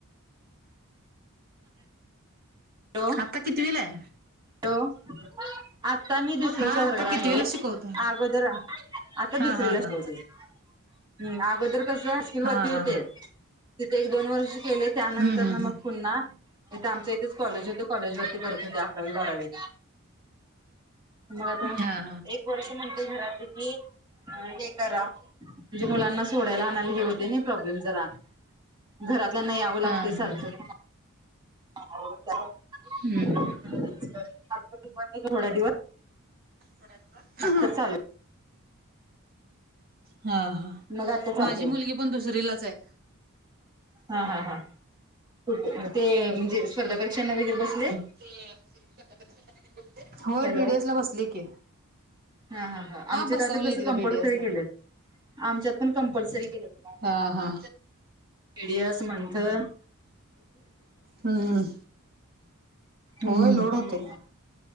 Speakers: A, on the right; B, on the right.
A: हॅलो.
B: आता कितीविलाय?
A: हॅलो आता मी दुसरीच्या
B: हा आता
A: वर्गावर आहे
B: कितवीला शिकवताय
A: अगोदर आता दुसरीला
B: हा हा हा
A: शिकवते. हम् अगोदर कस स्किल वरती
B: हा
A: होते
B: हा
A: तिथे एक दोन वर्ष केले त्यानंतर
B: हम्म हम्म
A: ना मग
B: हम्म
A: पुन्हा हिथ आमच्या इथच कॉलेज होते कॉलेज वरती परत होते अकरावी बारावी म आता
B: हा
A: एक थोडेसे म्हंटले घरातले की हे करा म्हणजे मुलांना सोडायला आणायला हे होतय नी प्रॉब्लेम जरा घरातल्याना यावं
B: हा
A: लागतय
B: हा हा हा
A: सारखं <unintelligible>
B: हम्म हं
A: <inaudible> थोड्या दिवस
B: थोड्या दिवस
A: तर चालू
B: हा हा हा
A: मग आता चालू
B: माझी
A: केलं.
B: मुलगी पण दुसरीलाच हाय.
A: हा हा हा कुठ ते म्हणजे स्पर्धा परीक्षांना वगैरे बसले.
B: आहो
A: हॅलो.
B: बी डेस ला बसले की
A: हा हा हा आमचे
B: बसवलंय
A: तर आता कंस
B: तिला
A: कंपल्सरी
B: बीडीएस ला.
A: केलेत. आमच्यात पण कंपल्सरी केलेत बघ
B: हा हा
A: टी डी एस मंथनं
B: हम्म
A: <inaudible> हम्म
B: होय लोड
A: हूं
B: होते.